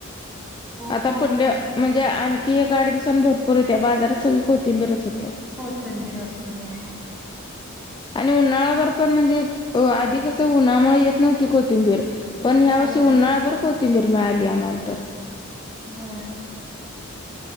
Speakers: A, in the centre; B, on the left.
A: खूप
B: आता
A: महाग
B: पुुढल्या
A: झालेली आहे
B: म्हणजे आणखी एक आठ दिवसांनी, भरपूर येत्या बाजारात सगळी कोथिंबीरच होत्या.
A: कोथिंबीर असते हो.
B: आणि उन्हाळ्याभर पण म्हणजे आधी कसं उन्हामुळे येत नव्हती कोथिंबीर. पण ह्या
A: होय
B: वर्षी उन्हाळा भर कोथिंबीर मिळाली आम्हाला तर.
A: नो